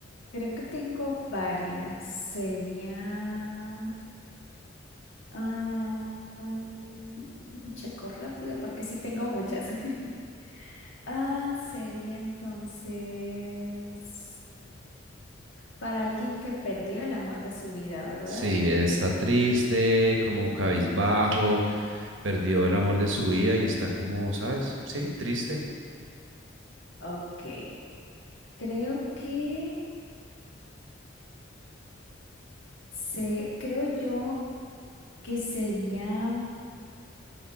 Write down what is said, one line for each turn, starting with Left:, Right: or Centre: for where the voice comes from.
Left: creo que tengo varias. Sería... ah, mm, checo rápido porque sí tengo muchas. <laughs> Ah, sería entonces para alguien que perdió el amor de su vida, ¿verdad?
Right: Sí, está triste, como cabizbajo, perdió el amor de su vida y está como, ¿sabes? Sí, triste.
Left: Ok, creo que se, creo yo que sería,